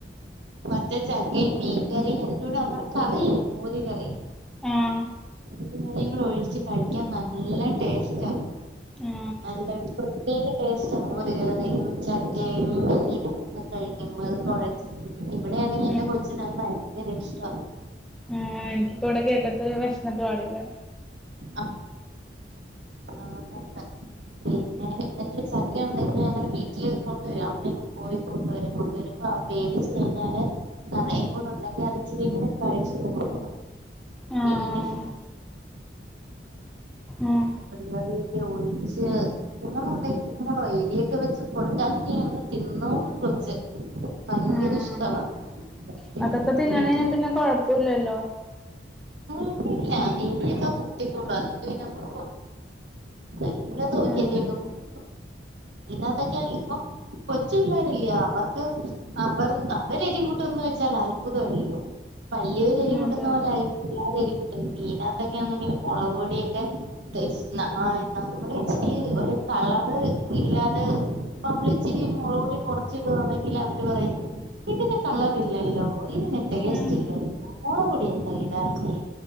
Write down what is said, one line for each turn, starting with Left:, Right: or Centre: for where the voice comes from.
Right: പച്ച ചക്കയും മീൻകറിയും അതിന്റെൂടെ നമ്മളെ കറില്ലേ മോര് കറി
Centre: ആഹ്
Right: മീൻ കറിങ്കുടെ ഒഴിച്ച് കഴിക്കാൻ നല്ല ടേസ്റ്റ്
Centre: ആ
Right: നല്ലരു പ്രത്യേക ടേസ്റ്റ് മുരുകറിയും ചക്കയും മീനും കൂടെ കഴിക്കുമ്പോ അത് കോയ ച്ച് ഇവിടെയാണെങ്കി എന്റെ
Centre: ഉം
Right: കൊച്ചിന് ഭയങ്കര ഇഷ്ട
Centre: ആഹ് എനിക്കിപ്പോ ഇവിടെ കേട്ടിട് വിശന്നിട്ട പാടില്ല
Right: ഓ ആ ആത ന്നെ
Centre: <inaudible>
Right: വീട്ട ചക്ക ഉണ്ടെങ്കിൽ ഞങ്ങെ വീട്ടില് കൊണ്ടുവരും അമ്മയൊക്കെ പോയി കൊണ്ടരെ കൊണ്ടുവരുമ്പോ വേവിച്ച് കഴിഞ്ഞാല് കറയും കൂടെ ഉണ്ടെങ്കി അത് ഇച്ചിരി ഇങ്ങനെ കഴിച്ചു പോവും
Centre: ആഹ്
Right: <unintelligible> മീൻ
Centre: ആഹ്
Right: കറിയൊക്കെ ഒഴിച്ച് <unintelligible> <unintelligible> എരിയൊക്കെ വെച്ച് കൊടുക്കാക്കിന്ന് തിന്നോള്ളും കൊച്ച് ഭങ്കര
Centre: ആഹ്
Right: ഇഷ്ടവാ ഉം
Centre: അതൊക്കെ തിന്നണാ
Right: എരി
Centre: പിന്നെ കൊഴപ്പില്ലല്ലോ
Right: ഇല്ല <unintelligible> <unintelligible> <unintelligible>
Centre: ആഹ്
Right: അതൊക്കെ ഇപ്പൊ കൊച്ചു പിള്ളോരല്ല അവർക്ക് അവർ അവരെരി കൂട്ടന്ന് വെച്ചാൽ അത്ഭുതമല്ലയോ വലിയൊരു എരുവ് കൂട്ടുന്ന
Centre: അതെ
Right: പോലെ ആയിരിക്കില്ല പിള്ളേര് എരിവ് കൂട്ടുന്നത് മീനകത്തൊക്കെ ആണെങ്കില് മുളക് പൊടിയൊക്കെ <unintelligible> ആ നമ്മള് ഇച്ചിരി ഒരു കളറ് ഇല്ലാതെ പ്പ നമ്മളെ ഇച്ചിരി മുളകുപൊടി കുറച്ചിടന്നെങ്കിൽ അവര് പറയും ഇതിന് കളർ ഇല്ലല്ലോ ഇതിന് ടേസ്റ്റ്
Centre: ഉം
Right: ഇല്ലല്ലോ മുളകുപൊടി എന്താ ഇടാന്